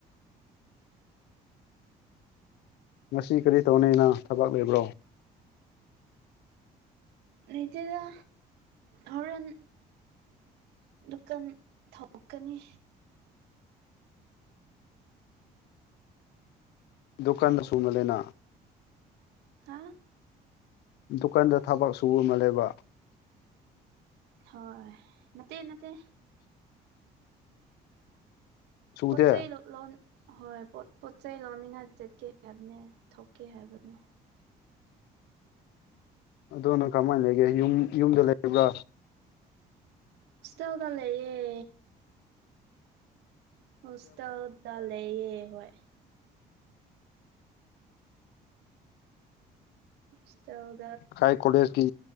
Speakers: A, on the left; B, on the right.
A: ꯉꯁꯤ ꯀꯔꯤ ꯇꯧꯅꯤ ꯅꯪ ꯊꯕꯛ ꯂꯩꯕ꯭ꯔꯣ
B: ꯂꯩꯇꯦꯗꯥ ꯍꯧꯔꯦꯟ ꯗꯨꯀꯟ ꯊꯣꯛꯀꯅꯤ
A: ꯗꯨꯀꯥꯟꯗ ꯁꯨꯃꯥꯜꯂꯦꯅ
B: ꯍꯥ
A: ꯗꯨꯀꯥꯟꯗ ꯊꯕꯛ ꯁꯨꯕ ꯃꯥꯜꯂꯦꯕ
B: ꯍꯣꯏ ꯅꯠꯇꯦ ꯅꯠꯇꯦ
A: ꯁꯨꯗꯦ
B: ꯄꯣꯠ ꯆꯩꯩ ꯂꯧ ꯂꯧ ꯍꯣꯏ ꯄꯣꯠ ꯄꯣꯠ ꯆꯩꯩ ꯂꯧꯅꯤꯡꯉꯥꯏ ꯆꯠꯀꯦ ꯍꯥꯏꯕꯅꯦ ꯊꯣꯛꯀꯦ ꯍꯥꯏꯕꯅꯦ
A: ꯑꯗꯣ ꯅꯪ ꯀꯃꯥꯏꯅ ꯂꯩꯒꯦ ꯌꯨꯝ ꯌꯨꯝꯗ ꯂꯩꯕ꯭ꯔꯥ
B: ꯍꯣꯁꯇꯦꯜꯗ ꯂꯩꯌꯦ ꯍꯣꯁꯇꯦꯜꯗ ꯂꯩꯌꯦ ꯍꯣꯏ ꯍꯣꯁꯇꯦꯜ
A: ꯀꯥꯏ ꯀꯣꯂꯦꯖꯀꯤ